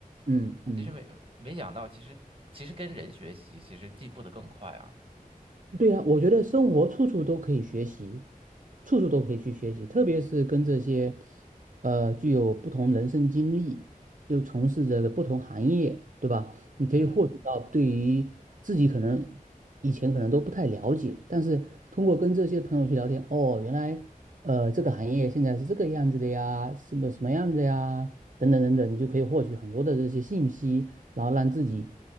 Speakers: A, on the right (about 60°); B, on the right (about 40°).
A: 嗯嗯。
B: 其实没没想到，其实其实跟人学习，其实进步的更快啊。
A: 对呀，我觉得生活处处都可以学习，处处都可以去学习，特别是跟这些，呃，具有不同人生经历，又从事着不同行业，对吧？你可以获取到对于自己可能以前可能都不太了解，
B: 嗯
A: 但是通过跟这些朋友去聊天，哦，原来，呃，这个行业现在是这个样子的呀，是不什么样子呀？等等等等，你就可以获取很多的这些信息，然后让自己，